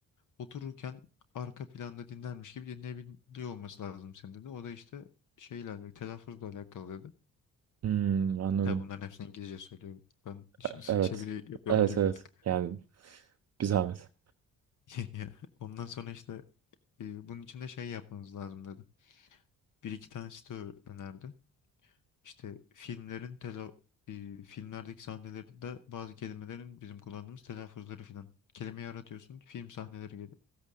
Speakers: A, on the left; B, on the right.
A: otururken arka planda dinlermiş gibi dinleyebiliyor olması lazım senin dedi. O da işte şeyle alakalı, telaffuzla alakalı dedi.
B: Hmm, anladım.
A: Tabi bunların hepsini İngilizce söylüyor. Ben <laughs> şimdi
B: E- Evet.
A: çeviri yapıyorum
B: Evet
A: gibi
B: evet.
A: bir tık.
B: Yani bir zahmet.
A: <laughs> Ondan sonra işte e, bunun için de şey yapmanız lazım dedi. Bir iki tane site ö- önerdi. İşte filmlerin tela e, filmlerdeki sahnelerinde bazı kelimelerin bizim kullandığımız telaffuzları filan. Kelimeyi aratıyorsun, film sahneleri geliyor.